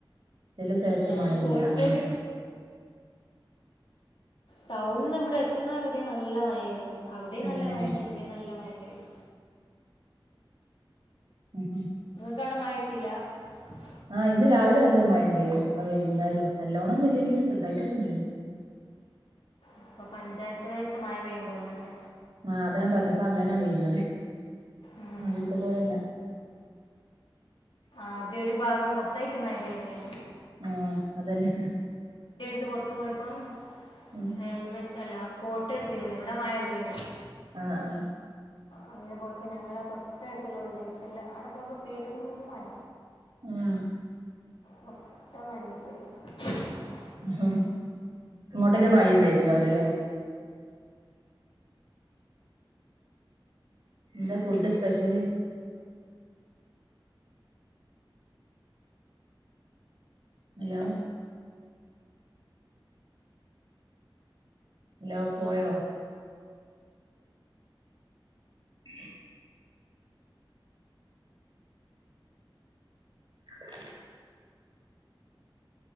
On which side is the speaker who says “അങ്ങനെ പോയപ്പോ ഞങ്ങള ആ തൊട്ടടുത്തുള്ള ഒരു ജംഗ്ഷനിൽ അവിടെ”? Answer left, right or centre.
Left